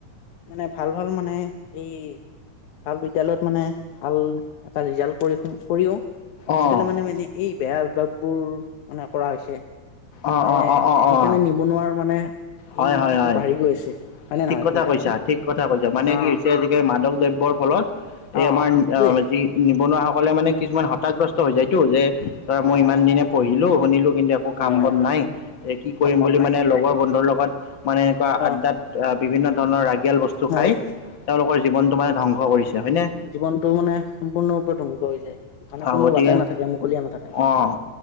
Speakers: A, on the left (about 75°); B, on the left (about 50°).
A: মানে ভাল ভাল মানে এই ভাল বিদ্যালয়ত মানে ভাল এটা ৰিজাল্ট কৰি কৰিও আজিকালি
B: অঁ
A: মানে মানে এই বেয়া অভ্যাস বোৰ মানে কৰা হৈছে। এ
B: অঁ
A: মানে
B: অঁ অঁ অঁ
A: সেইকাৰণে
B: অঁ অঁ
A: নিবনুৱাৰ মানে
B: হয়
A: এই
B: হয়
A: সিটো
B: হয়
A: বাঢ়ি গৈ আছে। হয় নে
B: ঠিক
A: নহয়
B: কথা
A: তুমি চাবাচোন
B: কৈছা, ঠিক কথা কৈছা, মানে
A: অ
B: কি হৈছে আজিকালি মাদক দ্ৰব্যৰ ফলত এই
A: অ
B: আমাৰ
A: সেইটোয়ে
B: অ', যি নিবনুৱাসকলে মানে কিছুমান হতাগ্ৰস্ত হৈ যায়তো যে তাৰ
A: হয়
B: মই
A: হয়
B: ইমান
A: হয়
B: দিনে পঢ়িলো শুনিলো কিন্তু একো
A: হয়
B: কাম
A: হয়
B: বন
A: হয়
B: নাই এ, কি কৰিম
A: কাম বন
B: বুলি
A: নাই
B: মানে লগৰ বন্ধুৰ লগত হয়। মানে এনেকুৱা
A: অ
B: আ্ড্ডাত বিভিন্ন ধৰণৰ ৰাগিয়াল বস্তু
A: হয়
B: খাই তেওঁলোকৰ জীৱনটো মানে ধ্বংস কৰিছে। হয়নে
A: জীৱনতটো মানে সম্পূৰ্ণৰূপে ধ্বংস হৈ যায়। মানে
B: অ',
A: কোনো
B: গতিকে
A: বাটাই নাথাকে মুকলিয়া নাথাকে
B: অ',